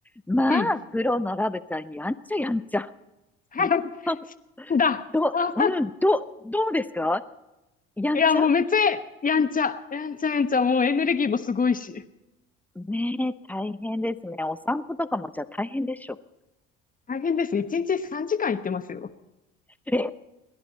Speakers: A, in the centre; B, on the left.
A: まあ、
B: うん。
A: 黒のラブちゃん、やんちゃやんちゃ。
B: <laughs>
A: <laughs>
B: だ。
A: ど、
B: あ、
A: うん、ど、どうですかやんちゃ
B: いや、もうめっちゃ、やんちゃ、やんちゃやんちゃ、もうエネルギーもすごいし。
A: ねえ、大変ですね。お散歩とかもじゃあ大変でしょ。
B: 大変です。一日3時間行ってますよ。
A: え